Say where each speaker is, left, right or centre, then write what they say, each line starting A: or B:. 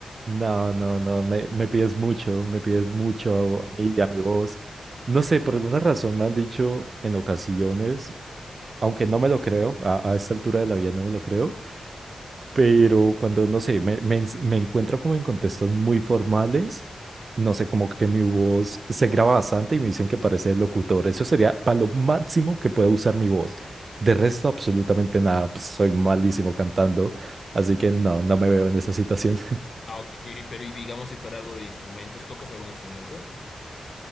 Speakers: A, on the right; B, on the left.
A: no, no, no, me, me pides mucho, me pides mucho a mí y a mi voz. No sé, por alguna razón me han dicho en ocasiones, aunque no me lo creo, a, a esta altura de la vida no me lo creo, pero cuando, no sé, me, me, ens- me encuentro como en contextos muy formales, no sé, como que mi voz se graba bastante y me dicen que parece locutor. Eso sería para lo máximo que puedo usar mi voz. De resto, absolutamente nada, pues soy malísimo cantando. Así que no, no me veo en esa situación.
B: Ah, ok, pero y digamos si fuera algo de instrumentos, ¿tocas algún instrumento?